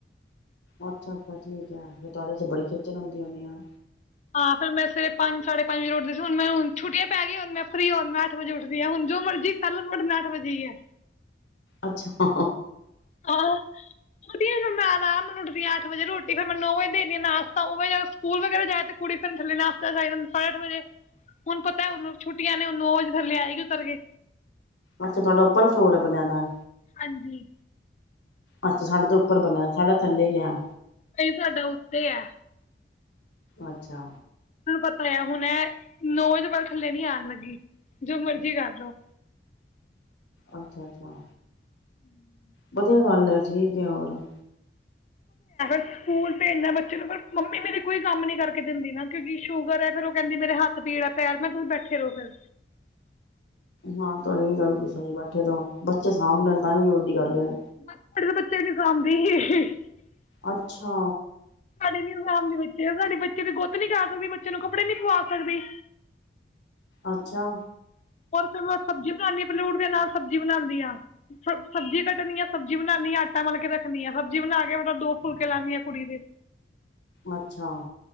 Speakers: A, on the left; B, on the left.
A: ਅੱਛਾ- ਅੱਛਾ ਠੀਕ ਐ ਫਿਰ ਤੁਹਾਡੇ ਵਸਤੇ ਬੜੀ ਖੇਚਲ ਹੁੰਦੀ ਹੋਂਦੀ ਹੋਣੀ ਐ
B: ਹਾਂ, ਫਿਰ ਮੈਂ ਸਵੇਰੇ ਪੰਜ ਸਾਢੇ ਪੰਜ ਵਜੇ ਉੱਠਦੀ ਸੀ ਹੁਣ ਮੈਂ ਹ ਛੁੱਟੀਆਂ ਪੈ ਗਈ ਹੁਣ ਮੈਂ ਫਰੀ ਹੁਣ ਮੈਂ ਅੱਠ ਵਜੇ ਉੱਠਦੀ ਹਾਂ ਹੁਣ ਜੋ ਮਰਜੀ ਕਰ ਲੋ ਹੁਣ ਉਠਣਾ ਮੈਂ ਅੱਠ ਵਜੇ ਹੀ ਹੈ।
A: ਅੱਛਾ।
B: ਆਹੋ ਫਿਰ ਮੈਂ ਆਰਾਮ ਨਾਲ ਉੱਠਦੀ ਆ ਅੱਠ ਵਜੇ ਰੋਟੀ ਫੇਰ ਮੈਂ ਨੌ ਵਜੇ ਦੇ ਨਾਸ਼ਤਾ ਓਵੇ ਓ ਸਕੂਲ ਵਗੈਰਾ ਜਾਏ ਤੇ ਕੁੜੀ ਫੇਰ ਥੱਲੇ ਨਾਸ਼ਤਾ ਜਾ ਸਾਢੇ ਅੱਠ ਵਜੇ ਹੁਣ ਪਤਾ ਛੁੱਟੀਆਂ ਨੇ ਨੌ ਵਜੇ ਥੱਲੇ ਆਏਗੀ ਉਤਰ ਕੇ
A: ਅੱਛਾ ਤੁਹਾਡਾ ਉੱਪਰ ਫਰੋਰ ਹੈ ਬਣਿਆ ਣਾ
B: ਹਾਂਜੀ।
A: ਅੱਛਾ, ਸਾਡਾ ਤਾ ਉੱਪਰ ਬਨੇਆ ਸਾਡਾ ਥੱਲੇ ਈ ਐ
B: ਨਈ ਸਾਡਾ ਉੱਤੇ ਐ।
A: ਅੱਛਾ।
B: ਪਤਾ ਯਾ ਹੁਨ ਐ ਨੋ ਵਜੇ ਤੋ ਪੈਲੇ ਥੱਲੇ ਨੀ ਆਨ ਲੱਗੀ ਜੋ ਮਰਜੀ ਕਾਰ ਲੋ
A: ਅੱਛਾ- ਅੱਛਾ
B: <inaudible>
A: ਵਧੀਆ ਗੱਲ ਐ <unintelligible>
B: ਸਕੂਲ ਭੇਜ ਨਾ ਬੱਚੇ ਨੂੰ, ਫੇਰ ਅ ਮੰਮੀ ਮੇਰੀ ਕੋਈ ਕੰਮ ਨੀ ਕਰਕੇ ਦਿੰਦੀ ਨਾ, ਕਿਉਂਕਿ ਸ਼ੂਗਰ ਐ। ਫੇਰ ਓ ਕੈਂਦੀ ਮੇਰੇ ਹੱਥ ਪੀੜ ਆ ਪੈਰ ਮੈਂ ਕੇਆ ਬੈਠੇ ਰਹੋ ਫਿਰ
A: ਹਾਂ ਤੋਆੜੀ ਵੀ ਗੱਲ ਲਗੁਲ ਸਹੀ ਐ, ਬੈਠੇ ਰਓ ਬੱਚੇ ਸਾਂਭ ਲੇਨ ਤਾਂ ਵੀ ਵੱਡੀ ਗੱਲ ਯਾ
B: <unintelligible>
A: ਅੱਛਾ
B: ਨਈ, -ਨਈ ਨਨਾਨ ਦੇ ਬੱਚੇ ਆ। ਸਾਡੇ ਬੱਚੇ ਦੀ ਗੁੱਤ ਨੀ ਕਰ ਸਕਦੀ, ਬੱਚੇ ਨੂੰ ਕੱਪੜੇ ਨੀ ਪਵਾ ਸਕਦੀ।
A: ਅੱਛਾ।
B: <unintelligible> ਫੇਰ ਮੈਂ ਸਬਜੀ ਬਨਾਨੀ ਆ, ਪੈਲੇ ਉੱਠ ਦੇ ਨਾਲ ਸਬਜੀ ਬਨਾਦੀ ਆਂ, ਸਬਜੀ ਕੱਟਨੀ ਆ, ਸਬਜੀ ਬਣਾਨੀ ਆ, ਆਟਾ ਮਲ ਕੇ ਰੱਖਨੀ ਆ, ਸਬਜੀ ਬਨਾ ਕੇ ਫਟਾ-ਫਟ ਮਤਬ ਦੋ ਫੁਲਕੇ ਲਾਨੀ ਆ ਕੁੜੀ ਦੇ
A: ਅੱਛਾ।